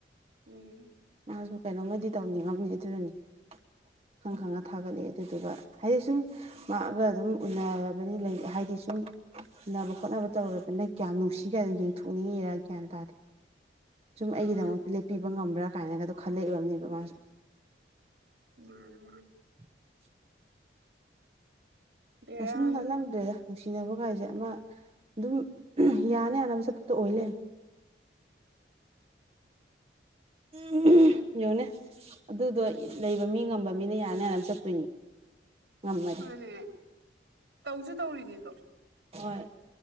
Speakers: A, on the right (about 70°); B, on the right (about 30°).
A: ꯎꯝ
B: ꯃꯥꯁꯨ ꯀꯩꯅꯣꯝꯃꯗꯤ ꯇꯧꯅꯤꯡꯉꯝꯅꯤ ꯑꯗꯨꯅꯅꯤ ꯈꯪ ꯈꯪꯅ ꯊꯥꯒꯠꯂꯛꯑꯦ ꯑꯗꯨꯗꯨꯒ ꯍꯥꯏꯗꯤ ꯁꯨꯝ ꯉꯥꯛꯑꯒ ꯑꯗꯨꯝ ꯎꯅꯔꯕꯅꯤ ꯍꯥꯏꯗꯤ ꯁꯨꯝ ꯁꯅꯕ ꯈꯣꯠꯅꯕ ꯇꯧꯔꯕꯅ ꯀꯌꯥꯝ ꯅꯨꯡꯁꯤꯈ꯭ꯔꯅ ꯌꯦꯡꯊꯣꯛꯅꯤꯡꯉꯤꯔꯥ ꯒ꯭ꯌꯥꯟ ꯇꯥꯗꯦ ꯁꯨꯝ ꯑꯩꯒꯤꯗꯃꯛꯇ
A: ꯑꯥ
B: ꯂꯦꯞꯄꯤꯕ ꯉꯝꯕ꯭ꯔꯥ ꯀꯥꯏꯅꯒꯗꯣ ꯈꯜꯂꯛꯏꯕꯅꯦꯕ ꯃꯥꯁꯨ
A: ꯎ
B: <inaudible>
A: ꯕꯦꯔꯥꯅꯤ
B: ꯀꯩꯁꯟ ꯅꯅꯥꯂꯝꯗꯦ ꯅꯨꯡꯁꯤꯅꯕ ꯅꯨꯡꯉꯥꯏꯖꯦ ꯑꯃ ꯑꯗꯨꯝ ꯌꯥꯅ ꯌꯥꯅꯕ ꯆꯠꯄꯗꯣ ꯑꯣꯏ ꯂꯩ ꯎꯝ ꯌꯦꯡꯣꯅꯦ ꯑꯗꯨꯗꯣ ꯂꯩꯕ ꯃꯤ ꯉꯝꯕ ꯃꯤꯅ ꯌꯥꯅꯤ ꯌꯥꯅ ꯑꯃ ꯆꯠꯇꯣꯏꯅꯤ ꯉꯝꯃꯗꯤ
A: ꯃꯥꯅꯦ ꯇꯧꯁꯨ ꯇꯧꯔꯤꯅꯤꯗꯣ
B: ꯍꯣꯏ